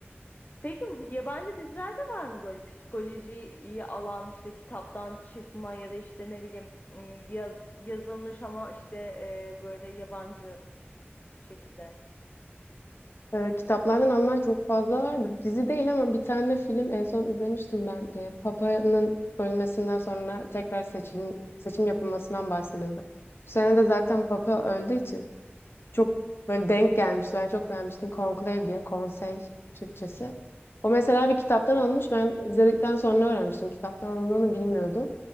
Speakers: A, on the left; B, on the left.
A: Peki bu yabancı dizilerde var mı böyle psikolojiyi alan işte kitaptan çıkma ya da işte ne bileyim ım, yaz, yazılmış ama işte e, böyle yabancı şekilde.
B: Ee, kitaplardan alınan çok fazla vardı. Dizi değil ama bir tane film en son izlemiştim ben. Ee, Papa'nın ölmesinden sonra tekrar seçim seçim yapılmasından bahsediyordu. Bu sene de zaten Papa öldüğü için çok böyle denk gelmişti. Ben çok beğenmiştim. Conclave diye konsey Türkçesi. O mesela bir kitaptan alınmış. Ben izledikten sonra öğrenmiştim. Kitaptan alındığını bilmiyordum.